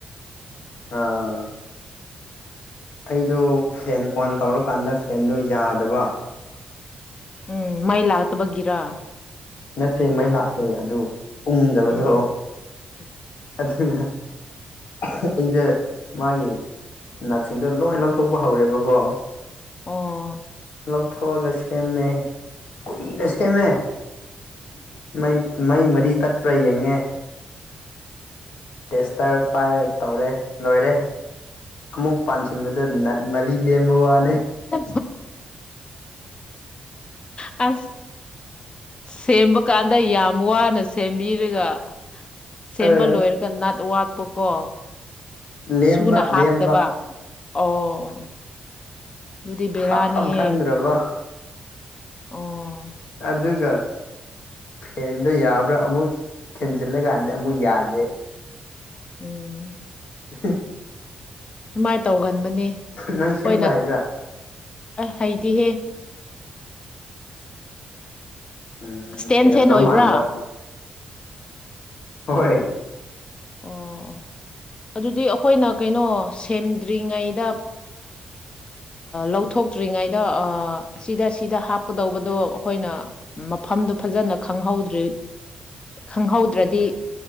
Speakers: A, on the left (about 60°); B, on the left (about 35°).
A: ꯑꯥ ꯑꯩꯗꯣ ꯐꯦꯟ ꯑꯣꯟ ꯇꯧꯔꯀꯥꯟꯗ ꯐꯦꯟꯗꯣ ꯌꯥꯗꯕ
B: ꯎꯝ ꯃꯩ ꯂꯥꯛꯇꯕꯒꯤꯔ
A: ꯅꯠꯇꯦ ꯃꯩ ꯂꯥꯛꯑꯦ ꯑꯗꯨ ꯎꯪꯗꯕꯗꯣ
B: ꯎꯝ ꯎꯝ
A: ꯑꯗꯨꯅ ꯑꯩꯗ ꯃꯥꯒꯤ ꯅꯥꯠꯁꯤꯡꯗꯣ ꯂꯣꯏ ꯂꯧꯊꯣꯛꯄ ꯍꯧꯔꯦꯕꯀꯣ
B: ꯑꯣ
A: ꯂꯧ ꯊ‌ꯣꯑꯒ ꯁꯦꯝꯦ ꯀꯨꯏꯅꯁꯦꯃꯦ ꯃꯩ ꯃꯩ ꯃꯔꯤꯇꯠ ꯄꯨꯔꯥ ꯌꯦꯡꯉꯦ ꯇꯦꯁꯇꯔ ꯄꯥꯏꯔꯦ ꯇꯧꯔꯦ ꯂꯣꯏꯔꯦ ꯑꯃꯨꯛ ꯄꯥꯟꯁꯤꯟꯕꯗ ꯅꯟ ꯃꯔꯤ ꯂꯦꯝꯕ ꯋꯥꯅꯤ
B: ꯑꯦ ꯑꯁ ꯁꯦꯝꯕꯀꯥꯟꯗ ꯌꯥꯝ ꯋꯥꯅ ꯁꯦꯝꯕꯤꯔꯒ ꯁꯦꯝꯕ
A: ꯑ
B: ꯂꯣꯏꯔ ꯅꯠ ꯋꯥꯠꯄꯀꯣ
A: ꯂꯦꯝꯕ
B: ꯁꯨꯅ ꯍꯥꯞꯇꯕ
A: ꯂꯦꯝꯕ
B: ꯑꯣ ꯑꯗꯨꯗꯤ ꯕꯦꯔꯥꯅꯤꯍꯦ
A: ꯍꯥꯞꯐꯝ ꯈꯪꯗ꯭ꯔꯕ
B: ꯑꯣ
A: ꯑꯗꯨꯒ ꯐꯦꯟꯗꯣ ꯌꯥꯕ꯭ꯔꯥ ꯑꯃꯨꯛ ꯊꯤꯟꯖꯤꯜꯂꯀꯥꯟꯗꯤ ꯑꯃꯨꯛ ꯌꯥꯗꯦ
B: ꯎꯝ
A: <unintelligible>
B: ꯁꯨꯃꯥꯏꯅ ꯇꯧꯒꯟꯕꯅꯦ
A: ꯅꯪ ꯁꯦꯝꯕ
B: ꯍꯣꯏꯅ
A: ꯍꯩꯕ꯭ꯔꯥ
B: ꯍꯩꯗꯤꯍꯦ
A: ꯎꯝ
B: ꯏꯁꯇꯦꯟ
A: ꯍꯩꯔꯝꯗꯧ
B: ꯐꯦꯟ ꯑꯣꯏꯕ꯭ꯔꯥ
A: ꯃꯥꯟꯕ ꯍꯣꯏ
B: ꯑꯣ ꯑꯗꯨꯗꯤ ꯑꯩꯈꯣꯏꯅ ꯀꯩꯅꯣ ꯁꯦꯝꯗ꯭ꯔꯤꯉꯩꯗ ꯂꯧꯊꯣꯛꯇ꯭ꯔꯤꯉꯩꯗ ꯁꯤꯗ ꯁꯤꯗ ꯍꯥꯞꯀꯗꯧꯕꯗꯣ ꯑꯩꯈꯣꯏꯅ ꯃꯐꯝꯗꯨ ꯐꯖꯅ ꯈꯪꯍꯧꯗ꯭ ꯈꯪꯍꯧꯗ꯭ꯔꯗꯤ